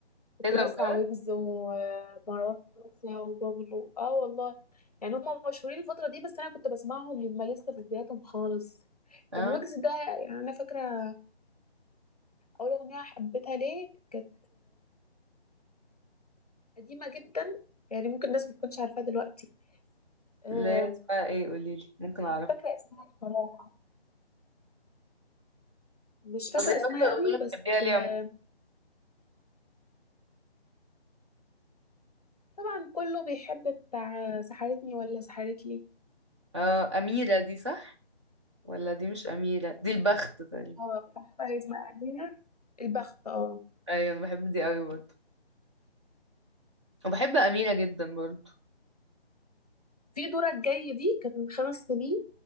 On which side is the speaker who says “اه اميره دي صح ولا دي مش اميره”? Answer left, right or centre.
Right